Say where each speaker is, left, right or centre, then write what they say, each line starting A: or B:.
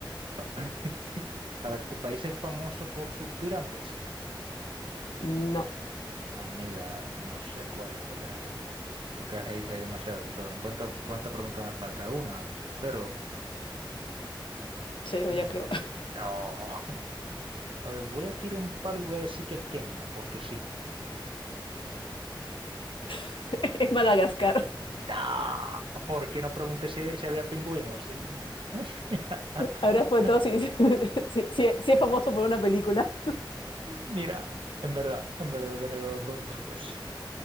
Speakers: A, on the right; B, on the left.
A: <laughs> a ver, ¿tu país es famoso por sus pirámides?
B: No,
A: Amiga, no sé cuál en verdad, ¿eh? Porque hay, hay demasiado que sobran. ¿Cuánta, cuánta pregunta me falta? ¿Una? ¿Cero?
B: cero
A: No.
B: ya creo.
A: No. <laughs> A ver, voy a tirar un palo y voy a decir que es Kenia, porque sí.
B: <laughs> Es Madagascar.
A: No. Porque no pregunté si, si había pingüinos? Sí, no. <laughs>
B: Ahora después de todo, si, <laughs> si, si- si <laughs> es famoso por una película.
A: Mira, en verdad, en verdad tenía que haber preguntado eso.